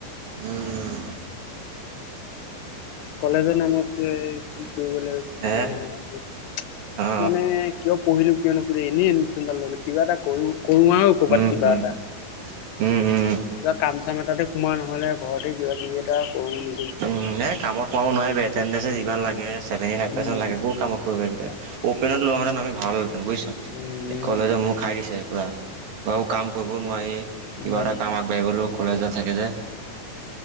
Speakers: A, on the right; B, on the left.
A: উম। উম।
B: কলেজৰ নামত কি কৰিব লাগিব কি
A: হে
B: <unintelligible>
A: অ
B: মানে কিয় পঢ়িলো কিয় নকিলো, এনেই এডমিশন ডাল ল'লোঁ কিবা এটা কৰি কৰোঁ আৰু ক'ৰবাত
A: উম
B: কিবা
A: উম
B: এটা।
A: উম উম
B: কিবা কাম চাম এটাতে সোমোৱা নহ'লে ঘৰতে কিবা কি <unintelligible> কৰোঁ নি।
A: উম, এই কামত খমাব নোৱাৰিবি, এটেণ্ডেঞ্চ যিমান লাগে। ছেভেন্টি ফাইভ
B: উম,
A: পাৰ্চেণ্ট লাগে, ক'ত কাম কৰিব পাৰিব। অপেনত লোৱা মতে আমি ভাল হ'লহেঁতেন বুজিছ।
B: উম।
A: এই
B: উম।
A: কলেজে মোক খাই দিছে পুৰা, ঘৰৰ কাম কৰিব নোৱাৰি,
B: উম,
A: কিবা এটা কাম আ বাই বোলো কলেজত থাকে যে।